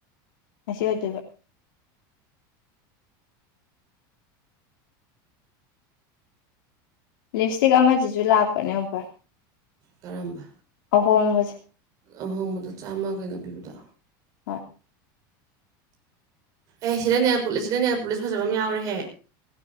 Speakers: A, on the left; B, on the right.
A: ꯉꯁꯤ ꯑꯣꯏꯗꯣꯏꯕ ꯂꯤꯞꯁꯇꯤꯛ ꯑꯃꯁꯤꯁꯨ ꯂꯥꯛꯄꯅꯦ ꯑꯣꯐꯔ
B: ꯀꯔꯝꯕ
A: ꯑꯍꯣꯡꯕꯁꯦ
B: ꯑꯍꯣꯡꯕꯗꯣ ꯆꯥꯝꯃ ꯀꯩꯅꯣ ꯄꯤꯕꯗꯣ
A: ꯍꯣꯏ
B: ꯑꯦ ꯁꯤꯗꯅꯦ ꯁꯤꯗ ꯅꯦꯜꯄꯨꯂꯤꯁ ꯐꯖꯕ ꯑꯃ ꯌꯥꯎꯔꯦꯍꯦ